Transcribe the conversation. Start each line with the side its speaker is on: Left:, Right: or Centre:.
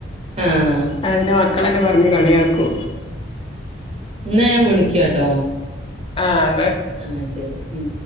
Right: ആഹ്
Left: അതിന്റെ മക്കളെന്നെ പറഞ്ഞ് കളിയാക്കൂ
Right: ന്നെ ആൻ വിളിക്കാട്ടോ
Left: ആ
Right: ആ ശരി ഉം